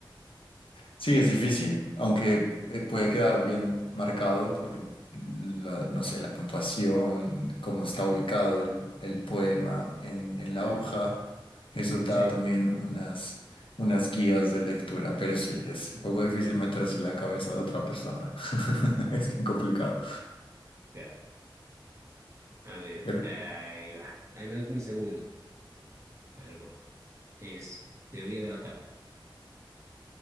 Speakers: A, on the left; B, on the right.
A: Sí, es difícil, aunque
B: Mm,
A: eh, puede quedar bien marcado por la, no sé, la puntuación, cómo está ubicado el, el poema en, en la
B: mm,
A: hoja. Eso da
B: Sí.
A: también unas, unas guías de lectura, pero sí, es un poco difícil meterse en la cabeza de otra persona. <laughs> Es bien complicado.
B: claro. A ver,
A: Pero,
B: ahí va. Ahí vemos mi segundo. A ver cómo es. Es teoría de la tarde.